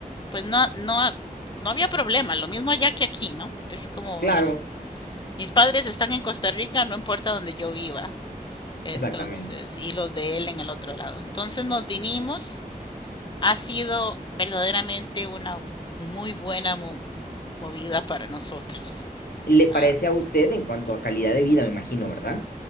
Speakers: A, on the left; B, on the left.
A: pues no, no, no había problema. Lo mismo allá que aquí, ¿no? Es como
B: Claro,
A: la, mis padres están en Costa Rica, no importa donde yo viva. Entonces,
B: exactamente.
A: y los de él en el otro lado. Entonces nos vinimos. Ha sido verdaderamente una muy buena mo- movida para nosotros.
B: ¿Le parece
A: Ah,
B: a usted en cuanto a calidad de vida, me imagino, ¿verdad?